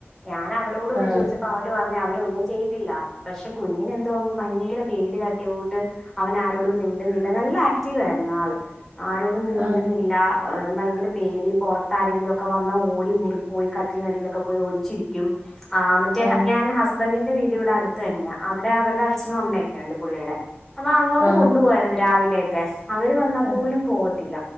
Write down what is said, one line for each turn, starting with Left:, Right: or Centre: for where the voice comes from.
Centre: ഞാൻ അവരോട് വിളിച്ചു
Right: ആഹ്
Centre: പോദിച്ചപ്പോ അവര് പറഞ്ഞു അത് ഒന്നും ചെയ്ട്ടില്ല പക്ഷെ കുഞ്ഞിനെ എന്തോ ഭയങ്കര പേടി തട്ടിയാ കൂട് അവൻ ആരോടും മിണ്ട നല്ല ആക്റ്റീവ് ആയിരുന്നു ആള് ആരോടും മിൻണ്ടുന്നില്ല
Right: ആഹ്
Centre: ഭയര പേടി പുറത്താരങ്കിലും ഒക്കെ വന്നാ ഓടി മുറിപ്പോയി കട്ടിനടിയിലൊക്കെ പോയി ഓടി ച്ചിരിക്കും ആ് മറ്റേ
Right: ആഹ്
Centre: ഞാൻ ഹസ്ബൻറിന്റെ വീട് ഇവിടെ അടുത്ത തന്നെയാ അവിടെ അവരുടെ അച്ഛനും അമ്മയൊക്കെ ഉണ്ട് പുള്ളിയുടെ അപ്പൊ അങ്ങോട്ട്
Right: ആഹ്
Centre: കൊണ്ടുപോവായിരുന്നു രാവിലെയൊക്കെ അവര് വന്നാ
Right: ആഹ്
Centre: പോലും പോവത്തില്ല